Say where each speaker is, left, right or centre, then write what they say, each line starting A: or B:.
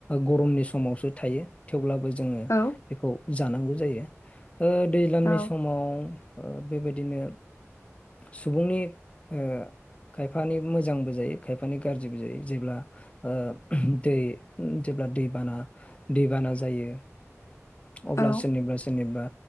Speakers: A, on the left; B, on the left.
A: गरमनि समावसो थायो थेवब्लाबो जोङो
B: औ
A: बेखौ जानांगौ जायो ओ दैज्लांनि
B: औ
A: समाव ओ बेबायदिनो सुबुंनि ओ खायफानि मोजांबो जायो खायफानि गाज्रिबो जायो जेब्ला ओ दै जेब्ला दै बाना दैबाना जायो अब्ला
B: औ
A: सोरनिबा सोरनिबा